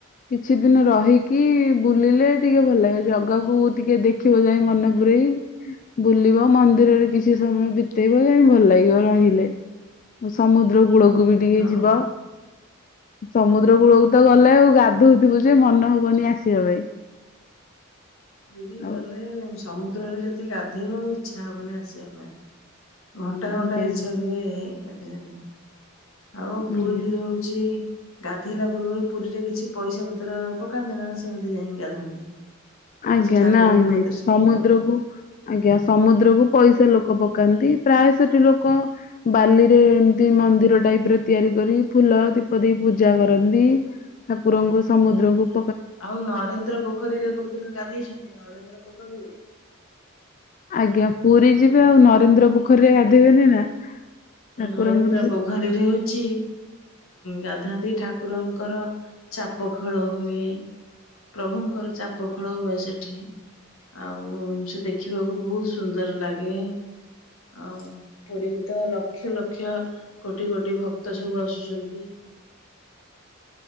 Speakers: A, on the left; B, on the left.
A: କିଛି ଦିନ ରହିକି ବୁଲିଲେ ଟିକେ ଭଲ ଲାଗେ ଜଗାକୁ ଟିକେ ଦେଖିବ ଯାଇ ମନେ ପୁରଇ ବୁଲିବ ମନ୍ଦିରରେ କିଛି ସମୟ ବିତେଇବ ଯାଇ ଭଲ ଲାଗିବ ରହିଲେ ସମୁଦ୍ରକୁ କୂଳକୁ ବି ଟିକେ
B: ହଁ
A: ଯିବ ସମୁଦ୍ର
B: ହଁ
A: କୂଳକୁ ତ ଗଲେ ଆଉ ଗାଧଉ ଥିବୁ ଯେ ମନ ହବନି ଆସିବା ପାଇଁ
B: ପୁରୀ
A: ଆଉ
B: ଗଲେ ସମୁଦ୍ରରେ ଯଦି ଗାଧେଇବ ଆଉ ଇଛା ହବନି ଆସିବା ପାଇଁ। ଘଣ୍ଟା
A: ଆଜ୍ଞା
B: ଘଣ୍ଟା ଇଚ୍ଛା
A: ଆଜ୍ଞା
B: ହୁଏ ଗାଧେଇବା ପାଇଁ। ଆଉ
A: ଆଜ୍ଞା।
B: ପୁରୀ ରହୁଛି ଗାଧୋଇଲା ପୂର୍ବରୁ ପୁରୀରେ କିଛି ପଇସା ପତ୍ର ପକାନ୍ତି ନା ସେମିତି ଯାଇକି ଗାଧାନ୍ତି।
A: ଆଜ୍ଞା
B: କିଛି ଠାକୁରଙ୍କ
A: ନାଇଁ ନାଇଁ
B: କତିରେ ସେ
A: ସମୁଦ୍ରକୁ
B: ପକେଇବ
A: ଆଜ୍ଞା ସମୁଦ୍ର କୁ ପଇସା ଲୋକ ଲୋକ ପକାନ୍ତି ପ୍ରାୟ ସେଠି ଲୋକ ବାଲିରେ ଏମିତି ମନ୍ଦିର ଟାଇପ ରେ ତିଆରି କରି ଫୁଲ ଫୁଲ ଦୀପ ଦେଇ ପୂଜା କରନ୍ତି ଠାକୁରଙ୍କୁ ସମୁଦ୍ରଙ୍କ
B: ଆଉ ନରେନ୍ଦ୍ର ପୋଖରୀରେ କୋଉ ଦିନ ଗାଧେଇଛନ୍ତି ନରେନ୍ଦ୍ର ପୋଖରୀରେ
A: ଆଜ୍ଞା ପୁରୀ ଯିବେ ଆଉ ନରେନ୍ଦ୍ର ପୋଖରୀରେ ଗାଧୋଇବେନି ନା ଠାକୁରଙ୍କର
B: ନରେନ୍ଦ୍ର
A: ସେ
B: ପୋଖରୀରେ ହଉଛି ଗାଧାନ୍ତି ଠା ଠାକୁରଙ୍କର ଚାପ ଖେଳ ହୁଏ ପ୍ରଭୁଙ୍କର ଚାପ ପଖଳ ହୁଏ ସେଠି ଆଉ ସେ ଦେଖିବାକୁ ବହୁତ ସୁନ୍ଦର ଲାଗେ ଆଉ ପୁରୀକୁ ତ ଲକ ଲକ୍ଷ ଲକ୍ଷ କୋଟି କୋଟି ଭକ୍ତ ସବୁ ଆସୁଛନ୍ତି।